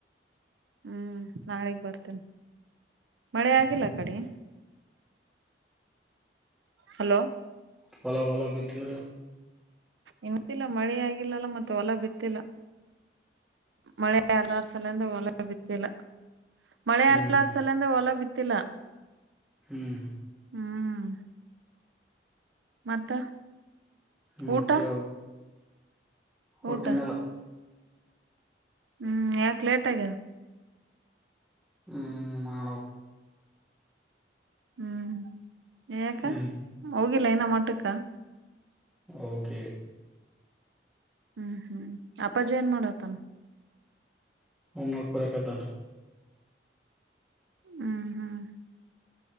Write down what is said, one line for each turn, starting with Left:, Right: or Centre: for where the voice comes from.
Right: ಹ್ಮ್ ನಾಳಿಗ್ ಬರ್ತೇನ ಮಳೆ ಆಗಿಲ್ಲ ಆ ಕಡಿ ಹಲೋ.
Centre: ಹೊಲ ಹೊಲ ಬಿತ್ತಿದ್ರ.
Right: ಇನ್ನುಬಿತ್ತಿಲ್ಲ ಮಳೆಯ ಆಗಿಲ್ಲಲ ಮತ್ತ ಹೊಲ ಬಿತ್ತಿಲ್ಲ. ಮಳೆ ಅಗರ್ಸಲ್ಲಂದ ಹೊಲ ಬಿತ್ತಿಲ್ಲ. ಮಳೆ
Centre: ಹ್ಮ್
Right: ಆಲ್ಲಾರ್ಸ ಸಂದೇ ಹೊಲ ಬಿತ್ತಿಲ್ಲ.
Centre: ಹ್ಮ್
Right: ಹ್ಮ್ ಮತ್ತ.
Centre: ಮತ್ತ
Right: ಊಟ
Centre: ಹೇಳಬೇಕು. ಕೋಟಿನಲಾ
Right: ಊಟ ಹ್ಮ್ ಯಾಕ ಲೇಟ್ ಆಗ್ಯದ.
Centre: ಹ್ಮ ಮಾಡಬೇಕ.
Right: ಹ್ಮ್ ಯಾಕ
Centre: ಹ್ಮ್
Right: ಹೋಗಿಲ್ಲ ಇನ ಮಟಕ್ಕ
Centre: ಓಕೆ.
Right: ಹ್ಮ್ ಹ್ಮ್ ಅಪ್ಪಾಜಿ ಏನ್ ಮಾಡಕತನ್.
Centre: ಹೋಮ್ ವರ್ಕ್ ಬರೆಕತನ
Right: ಹ್ಮ್ ಹ್ಮ್